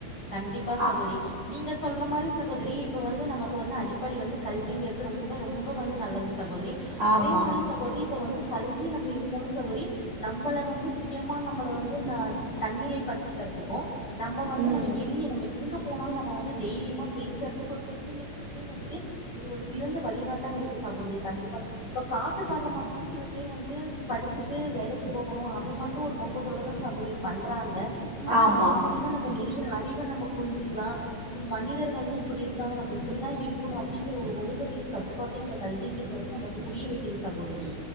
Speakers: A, on the left (about 20°); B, on the right (about 45°).
A: கண்டிப்பா சகோதரி
B: ஆ-
A: நீங்க சொல்ற மாரி சகோதரி இப்ப வந்து நமக்கு வந்து அடிப்படை வந்து கல்விங்கிறது ரொம்ப ரொம்ப வந்து நல்லது சகோதரி
B: ஆமா
A: அதே மாரி சகோதரி இப்ப வந்து கல்வி நம்ம இருந்தாலு சகோரி நம்பள வந்து சுயமா நம்பள வந்து ந தன்னிலை படுத்திக்கிறதுக்கு நம்ப
B: ம்
A: வந்து நம்ப நம்ப எங்க போனாலு நம்ம வந்து தைரியமா பேசுறதுக்கு ஒரு புத்துணர்ச்சிக்குமே வந்துட்டு இது ஒரு சிறந்த வழிகாட்டா இருக்கு சகோதரி கண்டிப்பா இப்ப காசுக்காக மட்டு சில பேர் வந்து படிச்சுட்டு வேலைக்கு போகணு அது மட்டு ஒரு நோக்கத்தோடு தா சகோதி பண்றாங்க ஆனா
B: ஆமா
A: அது மூலிமா நம்ம நிறைய அறிவ நம்ப புரிஞ்சுக்கலா ஒ மனிதர்கள்லா இப்பிடி இருக்காங்க நம்ம இப்பிடிதா இருக்கணு அப்டிங்கிற ஒரு ஒழுக்கத்தையு கட்டு போட்டி அந்த கல்விங்கிறத வந்து நமக்கு புரிய வக்கிது சகோதரி